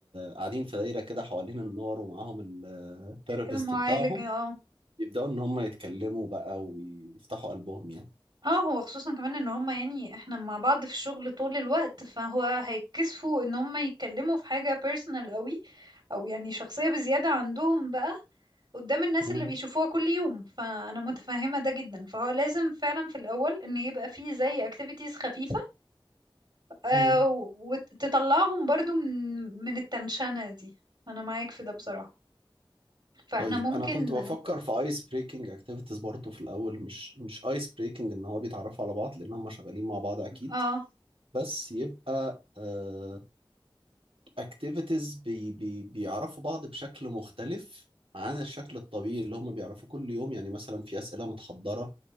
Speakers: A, on the right (about 80°); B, on the right (about 55°).
A: قاعدين في دايره كده حوالين النار ومعاهم الثيرابيست
B: المعالج
A: بتاعهم
B: اه
A: يبداوا ان هم يتكلموا بقى ويفتحوا قلبهم يعني
B: اه هو خصوصا كمان ان هما يعني احنا مع بعض في الشغل طول الوقت فهو هيتكسفوا ان هما يتكلموا في حاجة بيرسونال قوي او يعني شخصية بزيادة عندهم بقى قدام الناس
A: مم.
B: اللي بيشوفوها كل يوم فانا متفهمة ده جدا فهو لازم فعلا في الاول ان يبقى فيه زي اكتيفيتيز خفيفة آه
A: مم.
B: وتطلعهم برضو من من التنشنة دي انا معاك في ده بصراحة فاحنا
A: طيب
B: ممكن
A: انا كنت بفكر في ايس بريكنج اكتيفيتيز برضو في الاول مش مش ايس بريكنج ان هو بيتعرفوا على بعض لان هم شغالين مع بعض اكيد
B: اه
A: بس يبقى آه، اكتيفيتيز بي بي بيعرفوا بعض بشكل مختلف عن الشكل الطبيعي اللي هم بيعرفوه كل يوم يعني مثلا في أسئلة متحضرة